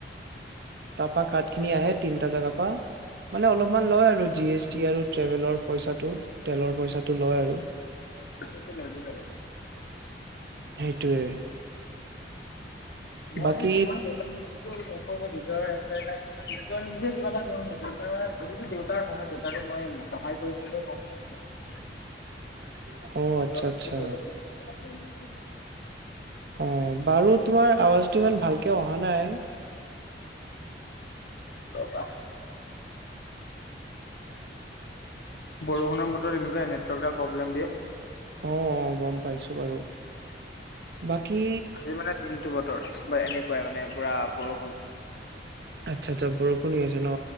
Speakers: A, on the right; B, on the left.
A: তাৰপৰা কাঠ খিনি আহে তিনটা জাগা পৰা মানে অলপমান লয় আৰু জি এছ টি আৰু ট্ৰেভেলৰ পইচাটো তেলৰ পইচাটো লয় আৰু।
B: সেইটো লবই আৰু।
A: সেইটোৱে।
B: মই
A: বাকী
B: মই <unintelligible> তোমাৰ নিজৰ নিজে কিবা এটা <unintelligible> দেউতাটো মই সহায় কৰিবলৈ <unintelligible>
A: <inaudible>
B: <inaudible>
A: অ আচ্ছা আচ্ছা অ', বাৰু তোমাৰ আৱাজটো ইমান ভালকে অহা নাই।
B: ৰ'বা বৰষুণৰ বতৰত এনেকুৱাই নেটৱৰ্কডাল প্ৰব্লেম দিয়ে।
A: অ', অ', গম পাইছো বাৰু, বাকী
B: এই মানে দিনটো বতৰ বা এনেকুৱাই মানে পুৰা বৰষুণ।
A: আচ্ছা আচ্ছা বৰষুণ হৈ আছে ন